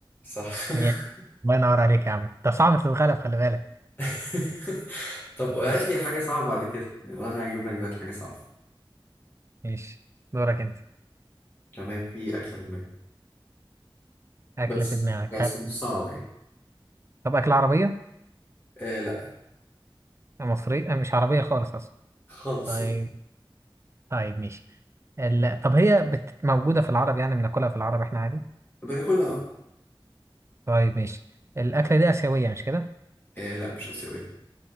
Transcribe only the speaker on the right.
هي- الله ينور عليك يا عم ده صعب تتغلب خلي بالك
ماشي
ماشي دورك أنت
أكلة
في دماغك
هل
طب أكلة عربية
مصرية أه، مش عربية خالص أصلا
طيب
طيب ماشي ال... طب هي بت... موجودة في العرب يعني بناكلها في العرب إحنا عادي
طيب ماشي الأكلة دي آسيوية مش كده